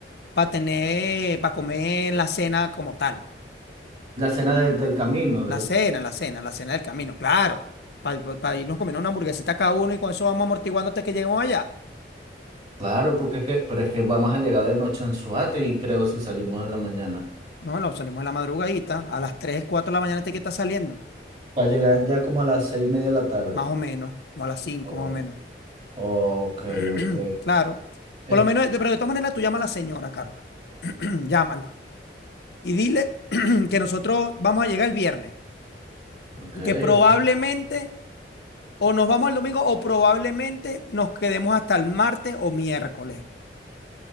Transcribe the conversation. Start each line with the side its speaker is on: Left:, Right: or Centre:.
Left: para tener, para comer la cena como tal.
Right: La cena del del camino, del
Left: La cena, la cena, la cena del camino, claro. Para irnos comiendo una hamburguesita cada uno y con eso vamos amortiguando hasta que lleguemos allá. <clears throat>
Right: Claro, porque es que, pero es que vamos a llegar de noche en Anzoátegui, creo, si salimos de la mañana.
Left: No, no, salimos en la madrugadita. A las 3, 4 de la mañana te que está saliendo.
Right: Va a llegar ya como a las seis y media de la tarde.
Left: Más o menos, como a las cinco
Right: Oh,
Left: más o menos.
Right: ok,
Left: <clears throat>
Right: ok.
Left: Claro.
Right: Eh,
Left: Por lo menos, de- pero de todas maneras tú llama a la señora, Carla. <clears throat> Llámala. Y dile <clears throat> que nosotros vamos a llegar el viernes.
Right: ok,
Left: Que probablemente
Right: ok.
Left: o nos vamos el domingo o probablemente nos quedemos hasta el martes o miércoles.